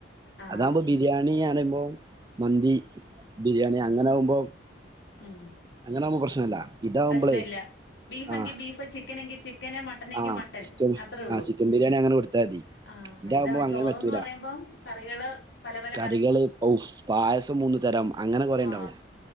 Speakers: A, on the left; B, on the right.
A: ആഹ്
B: അതാവുമ്പോ ബിരിയാണിയറിയുമ്പോ മന്തി ബിരിയാണി അ ഓമ്
A: ഉം
B: അങ്ങനാവുമ്പോ പ്രശ്നല്ല ഇതാവുമ്പളേ
A: പ്രശ്നം ഇല്ല ബീഫ്
B: ആഹ്
A: എങ്കിൽ ബീഫ് ചിക്കൻ എങ്കി ചിക്കന് മട്ടനെങ്കിൽ
B: ആഹ്
A: മട്ടൻ
B: ചിക്കൻ
A: അത്രയേ ഉള്ളൂ
B: ആഹ് ചിക്കൻ ബിരിയാണി അങ്ങനെ കൊടുത്താ മതി
A: ആ
B: ഇതാവുമ്പോ
A: ഇതാ
B: അങ്ങനെ
A: ചോറന്ന്
B: പറ്റൂല
A: പറയുമ്പം കറികള് പല പല
B: കറികള് ഒ പായസം മൂന്ന് തരം അങ്ങനെ കൊറെണ്ടാവും
A: വ